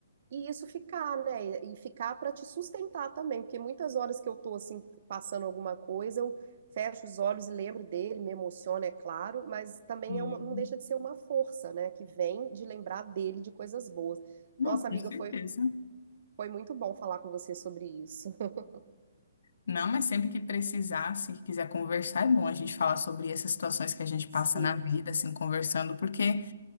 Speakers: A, on the right; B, on the left.
A: E isso ficar, né? E ficar para te sustentar também, porque muitas horas que eu tô assim passando alguma coisa, eu fecho os olhos e lembro dele, me emociona, é claro, mas também
B: Sim.
A: é uma- não deixa de ser uma força, né? Que vem de lembrar dele de coisas boas.
B: Não,
A: Nossa,
B: com
A: amiga,
B: certeza.
A: foi, foi muito bom falar com você sobre isso. <laughs>
B: Não, mas sempre que precisar, se quiser conversar, é bom a gente falar sobre essas situações que a gente
A: Sim,
B: passa na vida, assim, conversando, porque